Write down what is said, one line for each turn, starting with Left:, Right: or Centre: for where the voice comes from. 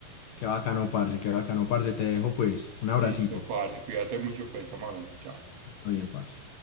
Left: qué bacano, parce, qué bacano, parce. Te dejo pues un abracito.
Right: Listo, parce, cuídate mucho, pues estamos hablando. Chao.
Left: Todo bien, parce.